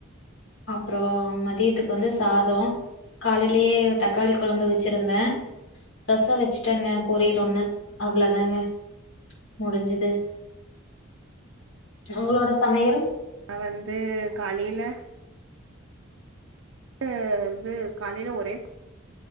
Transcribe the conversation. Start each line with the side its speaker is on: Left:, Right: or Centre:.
Left: அப்றோ மதியத்துக்கு வந்து சாதோ காலைலயே தக்காளி கொழம்பு வச்சிருந்தே ரசம் வச்சுட்டாங்க பொரியல் ஒண்ணு அவ்ளோதாங்க முடிஞ்சது அவங்களோட சமையல்
Right: ந வந்து காலைல இது இது காலையில ஒரே